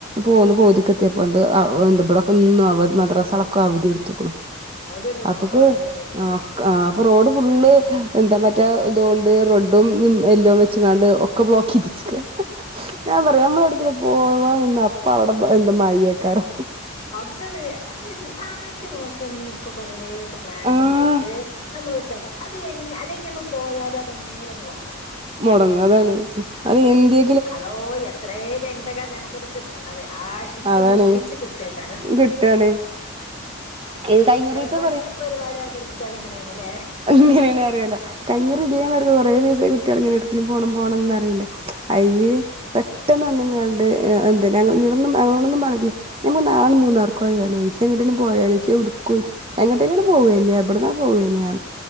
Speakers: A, on the right; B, on the left.
A: പോന്ന് പോതിക്കെത്തിയപ്പോണ്ട് എന്ത ഇവിടൊക്കെ ഇന്നും അവ മദ്രാസകളൊക്കെ അവധി കൊടുത്ത്ക്ക്ണു
B: അവധി എടുത്തക്കണു
A: അപ്പ്ക്ക്
B: ഒക്കെ വെള്ളം കയറിക്കണല്ലേ
A: ആഹ് കാ റോഡ് ഫുള്ള് എന്താ മറ്റെ ഇതൊണ്ട് റോഡ് ടും എല്ലൊം വെച്ച്കാണ്ട് ഒക്കെ ബ്ലോക്കിരിച്ച്ക്ക. ഞാൻ പറയാം നമ്മള് എട്ക്കേലും പോവാ നിന്ന അപ്പ അവിടെ എന്ത് മയ്യേക്കാരം
B: അത് അതന്നെ ആറ്റ് നോറ്റ് ഒന്നൊക്കെ കൊറേക്കെ പ്ലാനൊക്കെ
A: ആഹ്
B: ചെയ്ത് നമ്മളൊരു സ്ഥലത്ത് അത് അല്ലെങ്കിൽ നമ്മൾ പോയാലും അത് എങ്ങനെലും ഒന്ന് കൊളാവും.
A: മൊടങ്ങും അതാണ് അത് എന്തെ
B: അതോ എത്രേ കഴിഞ്ഞിട്ടെകാരം ഞമുക്കൊന്ന് കിട്ട്ണത് ആശി ച്ചു
A: അതാണ്
B: മോഹിച്ചു കിട്ടേക്കാരും
A: കിട്ടാണ് ഇത് കഴിഞ്ഞുറീത്തെ
B: എവിടെ പരിപാടി അവതരിപ്പിച്ചാലും ഇങ്ങനെയാണ്ല്ലേ
A: എങ്ങനെണ് അറീയില കഴിഞ്ഞൂറ് ഇതേം വ <unintelligible> കൊറെ ദിവസം കുട്ടികൾ ഇങ്ങനെ എടുക്കിലും പോണം പോണന്ന് പറഞ്ഞിട്ട് അയ്ല് പെട്ടെന്ന്ന്നാങ്ങാണ്ട് എന്തിനാ ഞങ്ങള് <unintelligible> ഒന്നും അങ്ങനൊന്നും പറഞ്ഞ്ട്ടില്ല ഞമ്മക്ക് നാ മൂന്നാർക്ക് പോയാലോ എങ്ങട്ടേലും പോയാലോയിക്കും <unintelligible> എങ്ങട്ട് ഇങ്ങട് പോവെന്നെയാ ഇവിടുന്ന് പോവന്നെയാ